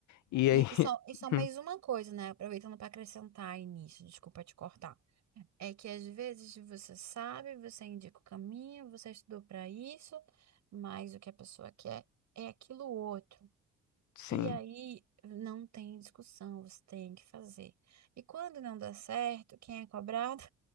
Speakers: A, on the left (about 75°); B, on the right (about 65°).
A: E
B: E,
A: aí,
B: e só, e só
A: <laughs>
B: mais uma coisa, né? Aproveitando para acrescentar aí nisso, desculpa te cortar. É que às vezes você sabe, você indica o caminho, você estudou para isso, mas o que a pessoa quer é aquilo outro.
A: sim,
B: E aí não tem discussão, você tem que fazer. E quando não dá certo, quem é cobrado?